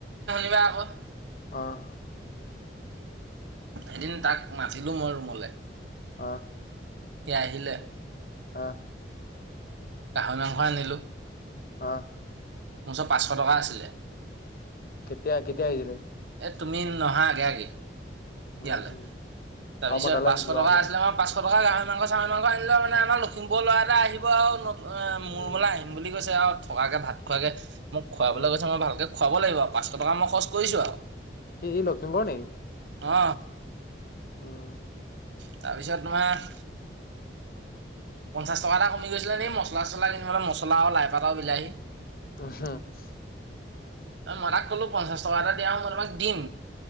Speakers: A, on the right; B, on the left.
A: কোৱা আগত
B: অহ
A: এদিন তাক মা ছিলো মোৰ ৰুমলে।
B: অহ।
A: কি আহিলে।
B: অহ।
A: গাহৰি মাংস আনিলো।
B: অহ।
A: মোৰ ওচৰত পাঁচশ টকা আছিলে
B: কেতিয়া কেতিয়া আহিছিলে
A: এই তুমি নহা আগে
B: উম
A: ইয়ালৈ
B: উম
A: তাৰপিছত
B: আৰু মই তালৈ
A: পাঁচশ
B: যোৱা
A: টকা
B: আগতে
A: আছিলে মোৰ পাঁচশ গাহৰি মাং চাৰি মং আনিলে মানে আম লখিপ ল'ৰা এটা আহিব আৰু অ মোৰ
B: উম
A: মানে আহিম বুলি কৈছে আৰু থকাকে ভাত খোৱাকে মোক খোৱাবলৈ
B: উম
A: গৈছে মই ভালকে খুৱাব লাগিব পাঁচশ টকা মই খৰচ কৰিছো আৰু
B: ই ই লখিমপুৰ নেকি
A: অ
B: উম
A: তাৰপিছত তোমাৰ পঞ্চাছ টকা এটা কমি গৈছিলে দেই মছলা চছলা কিনিব অল মছলা আৰু লাইপাত আৰু বিলাহী
B: <unintelligible>
A: মাৰাক কলো পঞ্চাশ টকা এটা দিয়া হু মই তোমাক দিম